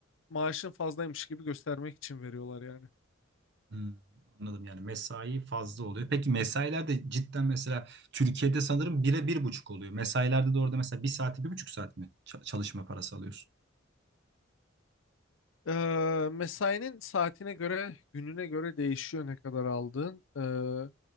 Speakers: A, on the left; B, on the right.
A: maaşın fazlaymış gibi göstermek için veriyorlar yani.
B: Hmm, anladım yani mesai fazla oluyor. Peki mesailer de cidden mesela Türkiye'de sanırım bire bir buçuk oluyor. Mesailerde de orada mesela bir saati bir buçuk saat mi ça- çalışma parası alıyorsun?
A: Ee, mesainin saatine göre, gününe göre değişiyor ne kadar aldığın. Ee,